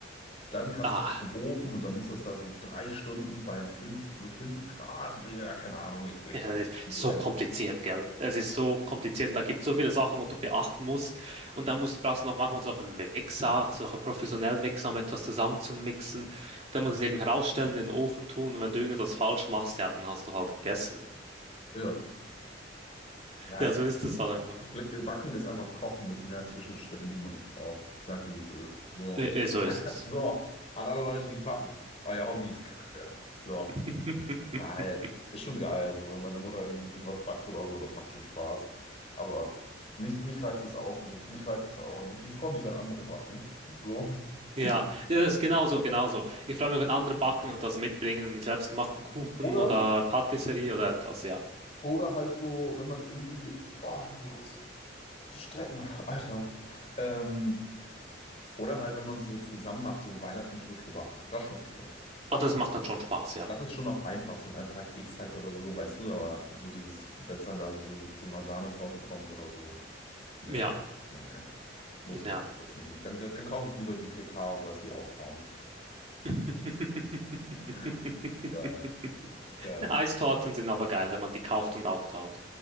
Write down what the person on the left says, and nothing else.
dann kannst
du es erst im Ofen und dann muss das da so drei Stunden bei fünf, fünf Grad, Digga, keine Ahnung, ich blick's
alle.
Also,
Ja, ja
ich,
ich blick, Backen ist einfach Kochen mit mehr Zwischenschritten, die man nicht braucht. Ich sag dir, wie es ist. So,
so, an alle Leute, die backen, euer Hobby ist Kacke. So.
Nein, ist schon geil. Also, wenn meine Mutter irgendwie irgendwas backt oder so, das macht schon Spaß. Aber mich, mich reizt es auch nicht. Mich reizt es auch nicht. Ich freue mich, wenn andere backen. So.
<laughs>
Oder,
oder halt so, wenn man es irgendwie. Oh, ich muss mal kurz strecken, Alter. Ähm, oder halt, wenn man es so zusammen macht, so Weihnachten Kekse backen. Das ist schon schön. Das,
ist schon-
das ist schon auch einfach, so ein einfacher Keksteig oder so, weißt du, aber so dieses, wenn es dann da so zu einer Sahnetorte kommt oder so. Nee,
nee, nee. Muss
nicht, jetzt mich nicht. Dann, dann kaufe ich lieber die TK und lass die auftauen.
<laughs> Richtig geil. Richtig geil.